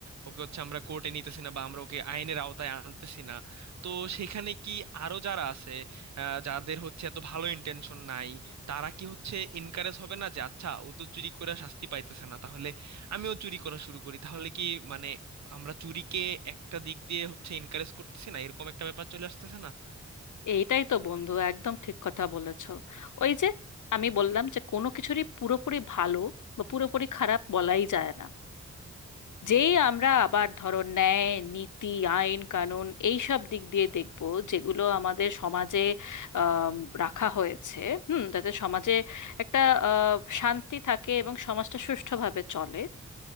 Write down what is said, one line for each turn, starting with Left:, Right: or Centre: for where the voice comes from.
Right: ওকে হচ্ছে আমরা কোর্টে নিতেছি না বা আমরা ওকে আইনের আওতায় আনতেছি না তো সেখানে কি আরো যারা আছে আহ, যাদের হচ্ছে এত ভালো ইন্টেনশন নাই তারা কি হচ্ছে এনকারেজ হবে না যে আচ্ছা ও তো চুরি করে শাস্তি পাইতেছে না তাহলে আমিও চুরি করা শুরু করি তাহলে কি মানে আমরা চুরিকে একটা দিক দিয়ে হচ্ছে এনকারেজ করতেছি না এরকম একটা ব্যাপার চলে আসতেছে না
Left: এইটাই তো বন্ধু একদম ঠিক কথা বলেছ ওই যে আমি বললাম যে কোনো কিছুরই পুরোপুরি ভালো বা পুরোপুরি খারাপ বলাই যায় না যেই আমরা আবার ধরো ন্যায় নীতি আইন কানুন এই সব দিক দিয়ে দেখব যেগুলো আমাদের সমাজে আম, রাখা হয়েছে হুম যাতে সমাজে একটা আ, শান্তি থাকে এবং সমাজটা সুষ্ঠুভাবে চলে